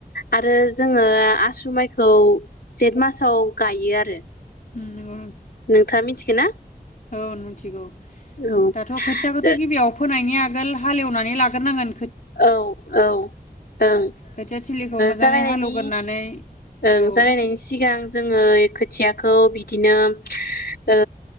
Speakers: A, on the left (about 70°); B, on the left (about 50°).
A: आरो जोङो आसु माइखौ जेट मासाव गायो आरो।
B: उम नंगौ
A: नोंथाङा मिथिगो ना
B: औ औ मिथिगौ।
A: औ
B: दाथ' खोथियाखौथ'
A: जो
B: गिबियाव फोनायनि आगोल आगोल हालेवनानै लागोरनांगोन।
A: औ औ ओं
B: खोथिया थिलिखौ मोजाङै
A: जागायनायनि
B: हालेवग्रोनानै
A: ओं
B: औ
A: सिगां जोङो खो थियाखौ बिदिनो ओ